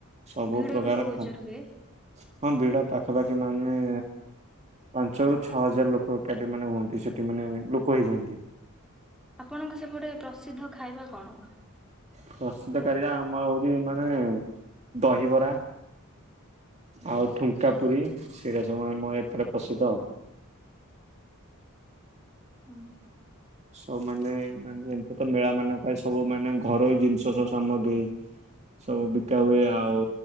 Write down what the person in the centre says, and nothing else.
ଭିଡ
ବି ବହୁତ
ଜୋର ହୁଏ।
ଆପଣଙ୍କ ସେପଟେ ପ୍ରସିଦ୍ଧ ଖାଇବା କଣ?
ଆଚ୍ଛା।
ହୁଁ।